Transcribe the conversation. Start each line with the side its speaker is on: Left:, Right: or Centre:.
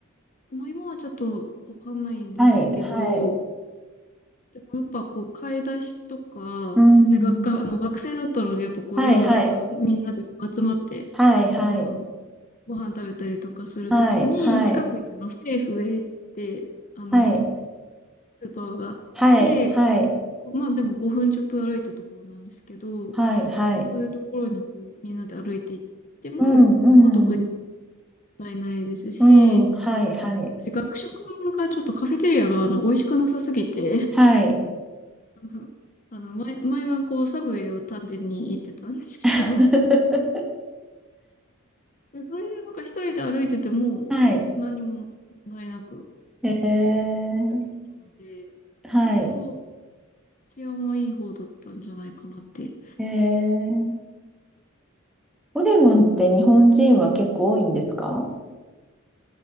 Left: まあ、今はちょっとわかんないんですけど、
Centre: はい、はい。
Left: でもやっぱこう、買い出しとか、
Centre: うん。
Left: ね、学科、あの、学生だったので、やっぱこう、
Centre: はい、
Left: 夜とかみんなで集まって、
Centre: はい。はい、はい。
Left: あの、ご飯食べたりとかするときに、
Centre: はい、はい。
Left: 近くにあの、セーフウェイって、あの、
Centre: はい、
Left: スーパーがあって、
Centre: はい、はい。
Left: まあでも5分10分歩いたところなんですけど、
Centre: はい、はい。
Left: まあそういうところにこうみんなで歩いていっても、
Centre: うん、う
Left: まあ特に
Centre: ん。
Left: 問題ないですし、
Centre: うん、はい、はい。
Left: 私学食がちょっとカフェテリアがあの美味しくなさすぎて、
Centre: はい。
Left: <laughs> あの、あの毎、毎晩こうサブウェイを食べに行ってたんですけど、
Centre: <laughs>
Left: でそういうのが一人で歩いてても何も問題なく
Centre: はい。えー、
Left: 歩けてたので、
Centre: はい。
Left: 割と治安はいい方だったんじゃないかなって
Centre: えー、オレゴンって日本人は結構多いんですか